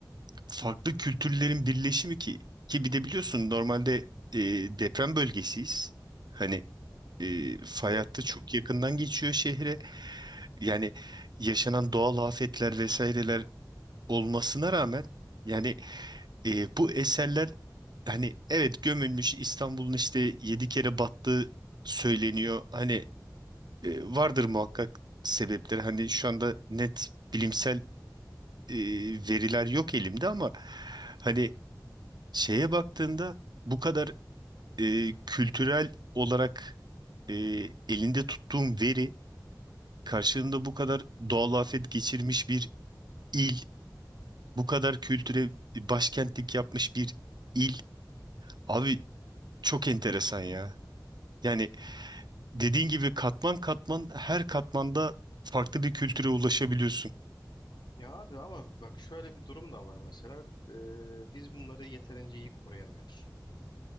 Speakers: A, on the right (about 70°); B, on the left (about 75°).
A: farklı kültürlerin birleşimi ki ki bir de biliyorsun normalde eee, deprem bölgesiyiz. Hani eee fay
B: Evet.
A: hattı çok yakından geçiyor şehre. Yani yaşanan doğal afetler vesaireler olmasına rağmen yani e, bu eserler hani evet gömülmüş İstanbul'un işte yedi kere battığı söyleniyor. Hani e, vardır muhakkak sebepleri. Hani şu anda net bilimsel e, veriler yok elimde ama hani şeye baktığında bu kadar e, kültürel olarak e, elinde tuttuğum veri karşılığında bu kadar doğal afet geçirmiş bir il, bu kadar kültüre başkentlik yapmış bir il. Abi çok enteresan ya. Yani dediğin gibi katman katman her katmanda farklı bir kültüre ulaşabiliyorsun.
B: Ya abi ama bak şöyle bir durum da var mesela. Ee, biz bunları yeterince iyi koruyamıyoruz.